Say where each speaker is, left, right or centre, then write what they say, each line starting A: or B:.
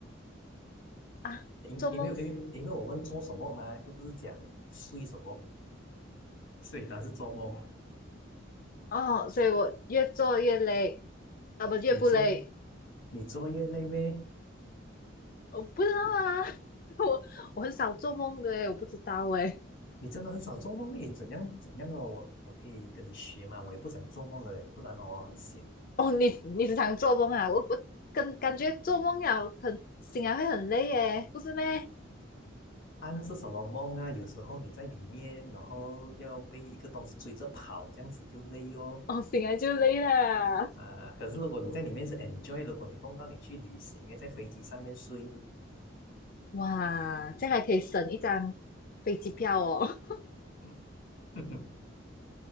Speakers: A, on the left; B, on the left.
A: 啊，
B: 因因为因为因为我问做什么嘛，
A: 做梦
B: 又不是讲睡什么，睡以答案是做梦。
A: 哦，所以我越做越累，啊不，越不累，
B: 你做你作业累呗？
A: 我不知道啊，<laughs> 我我很少做梦的诶，我不知道诶。
B: 你真的很少做梦咩？怎样怎样哦？我我可以跟你学嘛，我也不想做梦的，不然哦很闲。
A: 哦，你你时常做梦啊？我我跟感觉做梦了很醒来会很累耶，不是咩？
B: 安是什么梦啊？有时候你在里面，然后要被一个东西追着跑，这样子就累哦。
A: 哦，醒来就累了，
B: 啊，可是如果你在里面是 enjoy，如果你梦到你去旅行，诶，在飞机上面睡，
A: 哇，这样还可以省一张飞机票哦。
B: 嗯，<laughs>